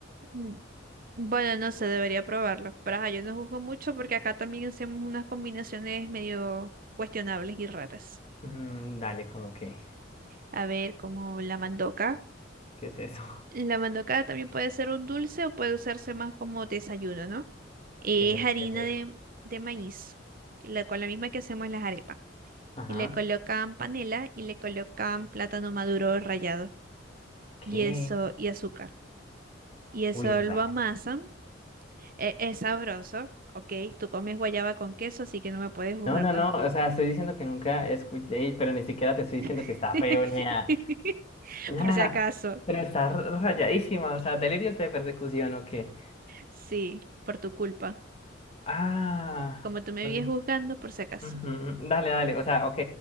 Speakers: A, on the right; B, on the left.
A: mm, Bueno, no sé, debería probarlo. Pero ajá, yo no juzgo mucho porque acá también hacemos unas combinaciones medio cuestionables y raras.
B: Mm, dale, como que.
A: A ver, como la mandoca.
B: ¿Qué es eso? <laughs>
A: La mandoca también puede ser un dulce o puede usarse más como desayuno, ¿no? Es
B: ¿Pero
A: harina
B: qué es eso?
A: de, de maíz, la, con la misma que hacemos las arepas.
B: Ajá.
A: Y le colocan panela y le colocan plátano maduro rallado
B: ¿Qué?
A: y eso, y azúcar. Y eso
B: Uy, raro.
A: lo amasan E- es sabroso, ok. Tú comes guayaba con queso, así que no me puedes juzgar
B: No, no,
A: tampoco.
B: no. O sea, estoy diciendo que nunca escuché, pero ni siquiera te estoy
A: <laughs>
B: diciendo que está feo ni nada. Nada.
A: Por si acaso.
B: Pero está r- rayadísima. O sea, delirios de persecución o qué.
A: Sí, por tu culpa.
B: Ah.
A: Como tú me
B: por
A: vienes
B: mí.
A: juzgando, por si acaso.
B: Ujú, Dale, dale. O sea, ok.